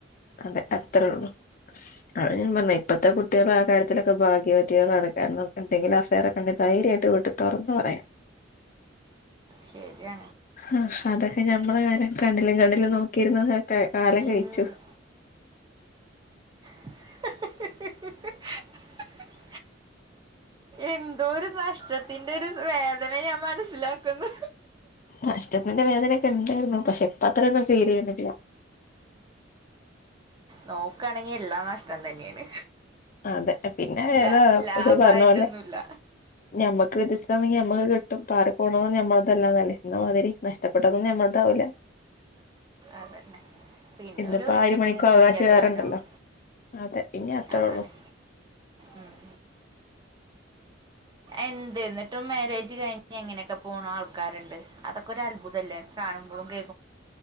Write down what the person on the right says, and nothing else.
ശരിയാ
ഇൻ-
<unintelligible> എന്തോ ഒരു നഷ്ടത്തിന്റെ ഒരു വേദന ഞാൻ മനസ്സിലാക്കുന്നു
നോക്കാണെങ്കി എല്ലാം നഷ്ടം തന്നെയാണ്
ലാ-
ലാഭായിട്ടൊന്നുമില്ല
അതന്നെ പിന്നെ
ഒരു ഒഴുക്കിന
അങ്ങ ജീവിക്കാത്ര
തന്നെ ഉള്ളു
അതെന്നെ
ഉം എന്ത് എന്നിട്ടും മാരേജ് കഴിഞ്ഞ് എങ്ങനെയൊക്കെ പോണം ആൾക്കാരുണ്ട് അതൊക്കെ ഒരു അത്ഭുതമല്ലേ കാണംമ്പോളും കേ